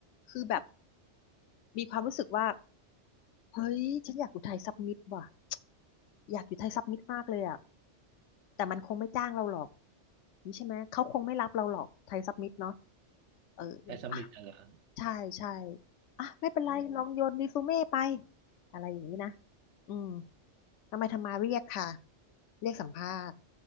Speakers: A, on the left; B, on the right.
A: คือแบบมีความรู้สึกว่าเฮ้ยฉันอยากอุทัยซับมิตว่ะ อยากอยู่ไทยซับมิตมากเลยอ่ะแต่มันคงไม่จ้างเราหรอกนี่ใช่ไหม เขาคงไม่รับเราหรอกไทยซับมิตเนาะเอออ่ะ
B: แต่สมิธอะไรอ
A: ใช่ใช่อ่ะไม่เป็นไรลองโยนรีซูเม่ไป
B: อ๋อ
A: อะไรอย่างนี้นะอืมทำไมทำมาเรียกค่ะ เรียกสัมภาษณ์